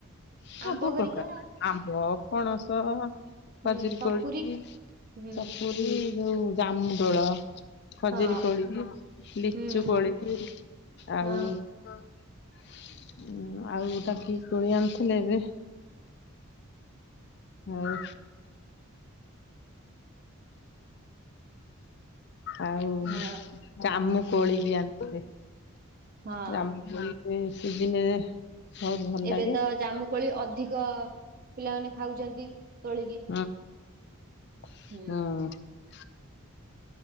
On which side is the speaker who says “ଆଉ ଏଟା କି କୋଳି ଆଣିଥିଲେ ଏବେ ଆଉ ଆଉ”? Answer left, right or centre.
Left